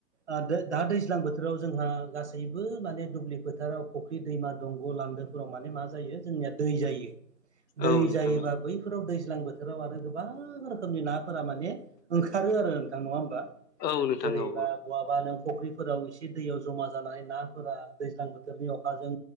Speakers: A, on the right (about 45°); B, on the left (about 85°).
A: ओ दो दा दैज्लां बोथोराव जोंहा गासैबो माने दुब्लि फोथाराव फख्रि दैमा दंग' लान्दोफोराव माने मा जायो जोंनिया दै जायो। दै
B: औ नोंथां
A: जायोबा बैफोराव दैज्लां बोथोराव आरो गोबां रोखोमनि नाफोरा माने ओंखारो आरो नोंथां नङा होमबा
B: औ नोंथां
A: जेरैबा
B: औ
A: बहाबा नों फख्रिफोराव एसे दैयाव जमा जानानै नाफोरा दैज्लां बोथोरनि अखाजों